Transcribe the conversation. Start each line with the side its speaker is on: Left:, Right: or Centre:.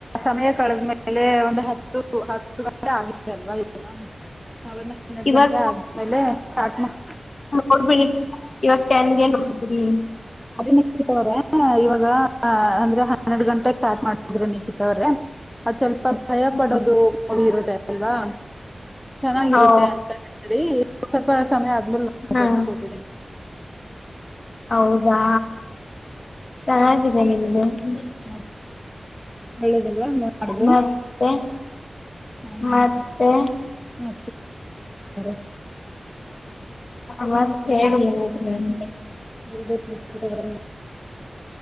Centre: ಸಮಯ ಕಳೆದ್ಮೇಲೆ ಒಂದು ಹತ್ತು ಹತ್ತು ಗಂಟೆ ಆಗಿತ್ ಎಲ್ವ ಇ <unintelligible> ಹನ್ನೆರ್ಡ್
Left: ಇವಾಗ
Centre: ಗಂಟೆ ಆದ್ಮೇಲೆ ಸ್ಟಾರ್ಟ್ ಮಾಡ್
Left: ಕೊಡ್ಬಿಡಿ ಇವ್ತ್ ತೆನ್ಗೆ ನೋಡ್ಬಿಡಿ.
Centre: ಅದೇ <unintelligible> ಇವಾಗ ಅಂದ್ರೆ ಹನ್ನೆರ್ಡ್ ಗಂಟ್ ಕ್ಟ್ ಸ್ಟಾರ್ಟ್ ಮಾಡ್ತಿದ್ರೆ ನಿಖಿತವ್ರೆ ಅದ್ ಸ್ವಲ್ಪ ಭಯ
Left: ಹ್ಮ್.
Centre: ಪಡೋದು ಹೋಗಿ ಇರುತ್ತೆ ಅಲ್ವಾ ಚೆನ್ನಾಗಿರುತ್ತೆ
Left: ಹೌ
Centre: ಅಂತ ಹೇಳಿ ಸ್ವಲ್ಪ ಸಮಯ ಆದ್ಮೇಲೆ <unintelligible>
Left: ಹಾ
Centre: ಬಂದು ಕೂತಿದೀನಿ.
Left: ಹೌದಾ ಚೆನ್ನಾಗಿದ್ದೇ ನಿಮ್ <inaudible>
Centre: ಹ ಒಳ್ಳೇದಲ್ವಾ <unintelligible> ಮಾಡಿದ್ರೆ
Left: ಮತ್ತೆ
Centre: ಹ
Left: ಮತ್ತೆ
Centre: ಮ <unintelligible>
Left: ಮತ್ತ್ ಹೇಳಿ ಏನಾದ್ರು ಅಂದೆ
Centre: ಹೇಳ್ಬೇಕು ನಿಖಿತ್ ಅವರೇ.